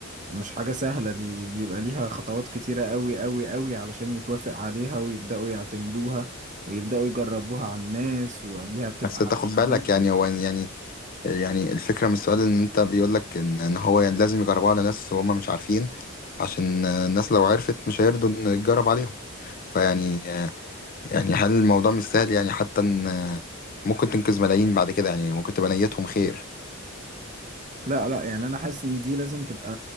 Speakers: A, on the right; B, on the left.
A: ومش حاجة سهلة دي دي بيبقى ليها خطوات كتيرة قوي قوي قوي علشان يتوافق عليها ويبدأوا يعتمدوها ويبدأوا يجربوها على الناس وقبلها بتبقى
B: بس انت
A: على
B: خد
A: الحيوانات
B: بالك يعني هو يعني يعني الفكرة من السؤال ان انت بيقولك ان ان هو يعني لازم يجربوه على ناس وهم مش عارفين عشان الناس لو عرفت مش هيرضوا ان يتجرب عليهم فيعني يعني هل الموضوع مش سهل يعني حتى ان آه، ممكن تنقذ ملايين بعد كده يعني ممكن تبقى نيتهم خير
A: لا لا يعني أنا حاسس إن دي لازم تبقى